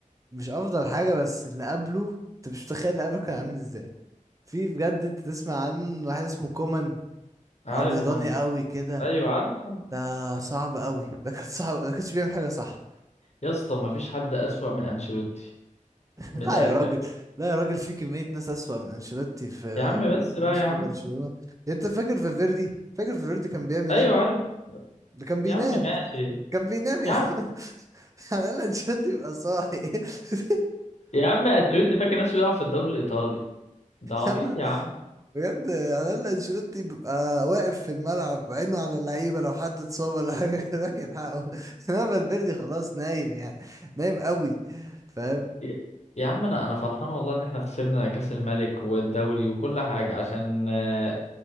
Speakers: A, on the right (about 25°); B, on the left (about 55°).
A: مش افضل حاجه بس اللي قبله انت مش متخيل اللي قبله كان عامل ازاي في بجد انت تسمع عن واحد اسمه كومان
B: عارف
A: ابيضاني
B: كومان
A: قوي كده
B: ايوه عارف كومان
A: ده صعب قوي ده كان صعب ده كانش بيعمل حاجه صح
B: يا اسطى ما فيش حد اسوأ من انشيلوتي
A: <laughs>
B: من
A: لا
B: الاخر
A: يا راجل لا يا راجل في كميه ناس اسوأ من انشيلوتي في
B: يا عم
A: جون
B: بس بقى
A: فيسكو
B: يا عم
A: برشلونه انت فاكر فالفيردي فاكر فالفيردي كان بيعمل
B: ايوه
A: ايه
B: عارف
A: ده كان بينام
B: يا عم ماشي
A: كان بينام يعني
B: يا عم
A: <laughs> على الاقل انشيلوتي يبقى صاحي <laughs>
B: يا عم انشيلوتي فاكر نفسه بيلعب في الدوري الايطالي ده عبيط
A: ياما،
B: يا عم
A: بجد على الاقل انشيلوتي بيبقى واقف في الملعب عينه على اللعيبه لو حد اتصاب ولا حاجه <laughs> يروح يلحقه انما فالفيردي خلاص نايم يعني نايم قوي فاهم
B: يا يا عم انا انا فرحان والله ان احنا خسرنا كاس الملك والدوري وكل حاجه عشان آه،